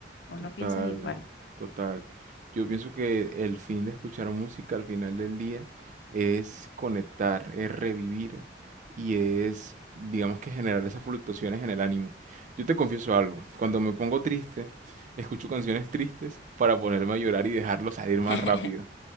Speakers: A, on the left; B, on the right.
A: ¿O
B: Total,
A: no piensas igual?
B: total. Yo pienso que el fin de escuchar música al final del día es conectar, es revivir y es, digamos que generar esas fluctuaciones en el ánimo. Yo te confieso algo, cuando me pongo triste, escucho canciones tristes para ponerme a llorar y dejarlo salir más
A: <laughs>
B: rápido.